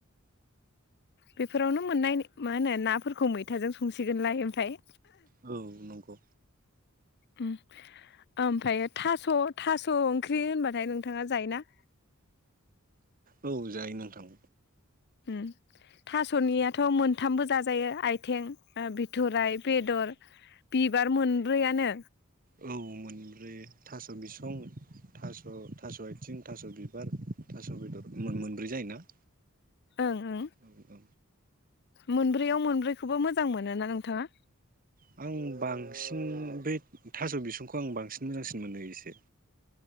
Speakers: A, on the left; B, on the right.
A: बेफोरावनो मोननाय मा होनो नाफोरखौ मैथाजों संसिगोनलाय ओमफ्राय।
B: औ नंगौ।
A: उम ओमफ्रायो थास' थास' ओंख्रि होनबाथाय नोंथाङा जायो ना?
B: औ जायो नोंथां।
A: उ थास'नियाथ' मोनथामबो जाजायो आइथिं बिथ'राइ बेदर बिबार मोनब्रैआनो।
B: औ मोनब्रै थास' बिसं थास' थास' आथिं थास' बिबार थास' बेदर मोन मोनब्रै जायोना?
A: ओं ओं
B: औ औ
A: मोनब्रैयाव मोनब्रैखौबो मोजां मोनो ना नोंथाङा?
B: उम आं बांसिन बे थास' बिसंखौ आं बांसिन मोजांसिन मोनो इसे।